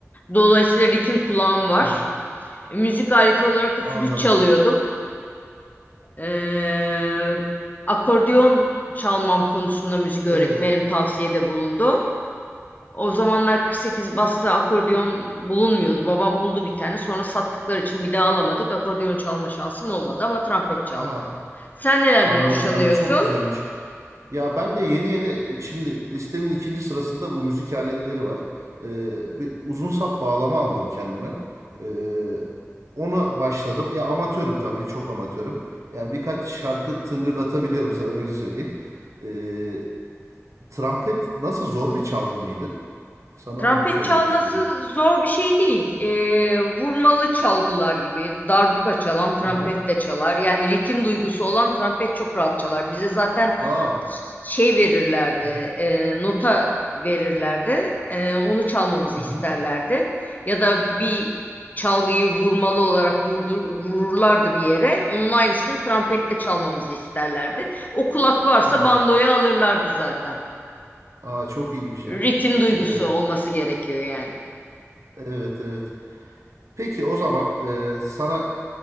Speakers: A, on the left; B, on the right.
A: Dolayısıyla ritim kulağım var.
B: hı hı.
A: Müzik aleti olarak da flüt
B: Anladım.
A: çalıyordum. Ee, akordeon çalmam konusunda müzik öğretmenim
B: Evet.
A: tavsiyede bulundu. O zamanlar 48 basta akordeon bulunmuyordu. Babam buldu bir tane. Sonra sattıkları için bir daha alamadık. Akordeon çalma şansım olmadı ama trompet çaldım.
B: Aa,
A: Sen nelerden
B: anladım.
A: hoşlanıyorsun?
B: Ya çok güzelmiş. Ya ben de yeni yeni e, şimdi listemin ikinci sırasında bu müzik aletleri var. Ee, bir uzun sap bağlama aldım kendime. Ee, ona başladım. Ya amatörüm tabii, çok amatörüm. Yani birkaç şarkı tıngırdatabiliyorum sana öyle söyleyeyim. Ee, trompet nasıl zor bir çalgı mıydı? Sana
A: Trompet
B: onu sormak
A: çalması
B: istedim.
A: zor bir şey değil. Ee, vurmalı çalgılar gibi darbuka çalan trompet
B: Hı hı.
A: de çalar. Yani ritim duygusu olan trompet çok rahat çalar. Bize zaten
B: Aa.
A: şey verirlerdi,
B: Hı hı.
A: e, nota verirlerdi. E, onu çalmamızı
B: Hı
A: isterlerdi.
B: hı.
A: Ya da bir çalgıyı vurmalı olarak vurdur, vururlardı bir yere. Onun aynısını trompette çalmamızı isterlerdi. O kulak varsa
B: Evet.
A: bandoya alırlardı zaten.
B: Aa çok iyiymiş
A: Ritim
B: ya.
A: duygusu
B: Ee,
A: olması gerekiyor yani.
B: evet evet. Peki o zaman e, sana